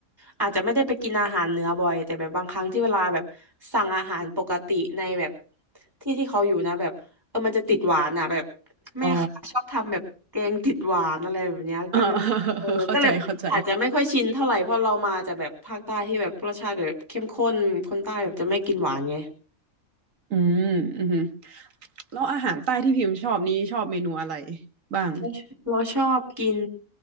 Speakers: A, on the right (about 15°); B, on the right (about 65°).
A: อาจจะไม่ได้ไปกินอาหารเหนือบ่อยแต่แบบบางครั้งที่เวลาแบบสั่งอาหารปกติในแบบที่ที่เขาอยู่นะแบบเออมันจะติดหวานอ่ะแบบแม่ค้าชอบทำแบบแกงติดหวานอะไรแบบเนี้ยก็เลยเออก็เลยอาจจะไม่ค่อยชินเท่าไหร่เพราะเรามาจากแบบภาคใต้ที่แบบรสชาติแบบเข้มข้นคนใต้แบบจะไม่กินหวานไง
B: อ๋อ เออ <laughs> เข้าใจเข้าใจอืมอืมแล้วอาหารใต้ที่พิมพ์ชอบนี้ชอบเมนูอะไรบ้าง
A: เราเราชอบกิน